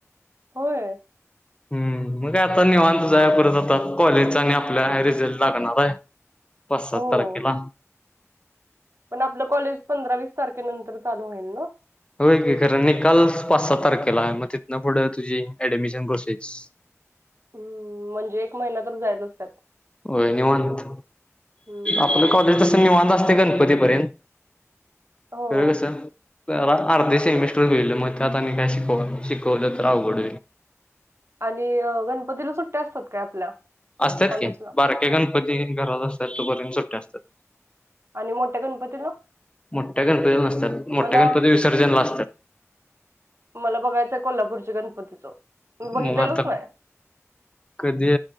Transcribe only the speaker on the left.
हम्म मग आता निवांतच आहे परत आता कॉलेजचा आणि आपल्या रिझल्ट लागणार आहे पाच सात
तारखेला
होय की खरं निकाल पाच सहा तारखेला आहे मग तिथन पुढे तुझी ऍडमिशन प्रोसेस
होय निवांत
आपलं कॉलेज तसं निवत असते गणपती यंत
खरं कस व अर्धे सेमिस्टर होल म आ तनी काय श शिकवतत अवघड
असतात
कि बारक्या गणपती घरात असतात तोपर्य सुट्ट्या असतात
मोठ्या गणपती नसतात मोठ्या
गणपती विसर्जनला असतात
मग आता
कधी